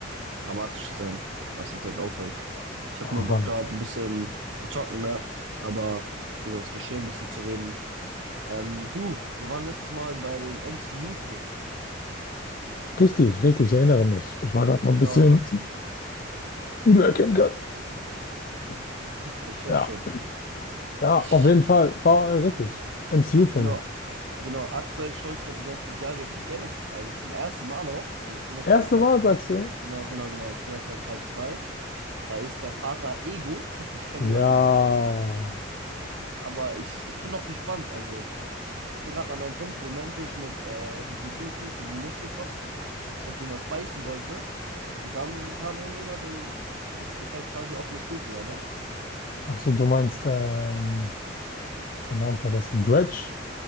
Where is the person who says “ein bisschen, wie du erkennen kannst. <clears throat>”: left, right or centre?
Left